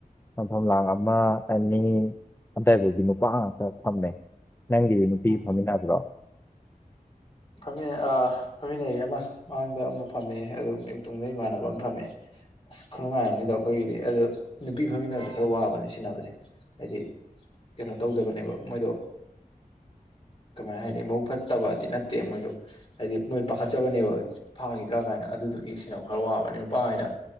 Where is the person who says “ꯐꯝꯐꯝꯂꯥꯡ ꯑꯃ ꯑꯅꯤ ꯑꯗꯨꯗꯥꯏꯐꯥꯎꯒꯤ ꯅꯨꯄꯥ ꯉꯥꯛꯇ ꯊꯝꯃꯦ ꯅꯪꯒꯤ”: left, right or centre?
Left